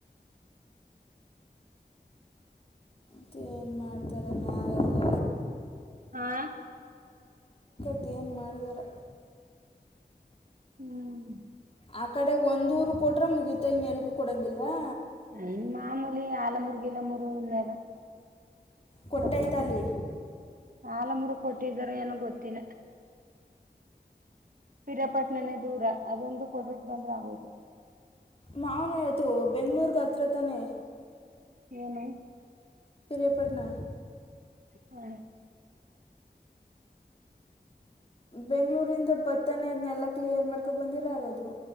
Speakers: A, on the left; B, on the right.
A: ಮತ್ತು ಏನು ಮಾಡ್ತಾರೆ ನಾರಕ
B: ಆಾ
A: ಅದುೇಏನು ಮಾಡಿದಾರ
B: ಹ್ಮ್
A: ಆ ಕಡೆ ಒಂದ್ ಊರು ಕೊಟ್ರ ಮುಗೀತ ಇನ್ ಎಲ್ಗೂ ಕೊಡಂಗಿಲ್ವಾ
B: ಇನ್ ಮಾಮೂಲಿ ಆಲಮುರ್ಗಿಲ ಮೂೂರು ಇನ್ೇಾರ
A: ಕೊಟ್ಟೈತ
B: ಹತ್ರ
A: ಅಲ್ಲಿ
B: ಆಲಮರು ಕೊಟ್ಟಿದಾರ ಏನ ಗೊತ್ತಿಲ್ಲ ಪಿರಾಪಟ್ಣನೇ ದೂರ ಅದೊಂದು ಕೊಡ್ರಟ್ಟ ಬಂದ್ರ ಆಗೋದು
A: ಮಾನ್ ಹೇಳತು ಬೆಂಗ್ಳೂರ್ಗ ಹತ್ರ ತಾನೇ
B: ಏನು
A: ಪರಯಪಟ್ನಾ
B: ಹಾ
A: ಬಗ್ ಳೂರಿಂದ ಭತ್ತಾನೇ ಅದನ್ನೆಲ್ಲ ಕ್ಲಿಯರ್ ಮಾಡ್ಕೊ ಬಂದಿರ ಆಗದು